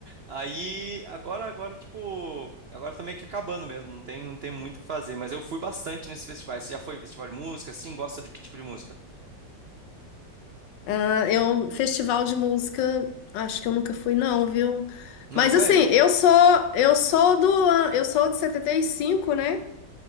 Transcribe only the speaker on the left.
Ah, É um festival de música, acho que eu nunca fui não, viu?
Mas
assim, eu sou eu sou do an- eu sou de setenta e cinco né?